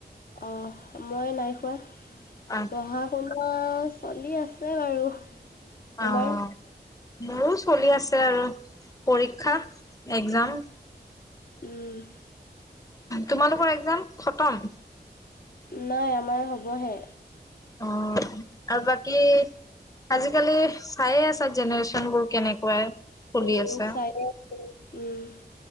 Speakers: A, on the left (about 55°); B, on the left (about 20°).
A: অ' মই নাই খোৱা।
B: অ
A: পঢ়া শুনা অ', চলি আছে বাৰু তোমাৰ
B: আহ মোৰো চলি আছে আৰু। পৰীক্ষা, একজাম
A: উম।
B: তোমালোকৰ এক্জাম, খতম?
A: নাই আমাৰ হ'বহে।
B: অ' আৰু বাকি কি আজিকালি চাইয়ে আছা জেনেৰেশ্যন বোৰ কেনেকুৱাই চলি
A: উম
B: আছে
A: চাই আছো, উম।